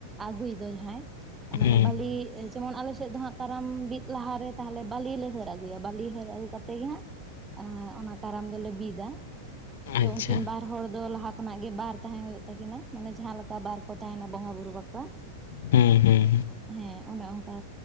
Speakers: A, on the right; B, on the left.
A: ᱟᱹᱜᱩᱭ ᱫᱚ ᱡᱟᱦᱟᱸᱭ
B: ᱦᱩᱸ
A: ᱢᱟᱱᱮ ᱵᱟᱹᱞᱤ ᱡᱮᱢᱚᱱ ᱟᱞᱮ ᱥᱮᱫ ᱫᱚ ᱦᱟᱸᱜ ᱠᱟᱨᱟᱢ ᱵᱤᱫ ᱞᱟᱦᱟᱨᱮ ᱛᱟᱦᱟᱞᱮ ᱵᱟᱹᱞᱤ ᱞᱮ ᱦᱟᱹᱨ ᱟᱹᱜᱩᱭᱟ ᱵᱟᱹᱞᱤ ᱦᱟᱹᱨ ᱟᱹᱜᱩ ᱠᱟᱛᱮ ᱜᱮ ᱦᱟᱸᱜ ᱟᱸ ᱚᱱᱟ ᱠᱟᱨᱟᱢ ᱫᱚᱞᱮ ᱵᱤᱫᱟ, ᱛᱚ
B: ᱟᱪᱪᱷᱟ
A: ᱩᱱᱠᱤᱱ ᱵᱟᱨ ᱦᱚᱲ ᱫᱚ ᱞᱟᱦᱟ ᱠᱷᱚᱱᱟᱜ ᱜᱮ ᱵᱟᱨ ᱛᱟᱸᱦᱮ ᱦᱳᱭᱩᱜ ᱛᱟᱹᱠᱤᱱᱟ ᱢᱟᱱᱮ ᱡᱟᱦᱟᱸ ᱞᱮᱠᱟ ᱵᱟᱨ ᱠᱚ ᱛᱟᱸᱦᱮᱱᱟ ᱵᱚᱸᱜᱟ ᱵᱩᱨᱩ ᱵᱟᱠᱷᱨᱟ,
B: ᱦᱩᱸ ᱦᱩᱸ᱾
A: ᱦᱮᱸ ᱚᱱᱮ ᱚᱝᱠᱟ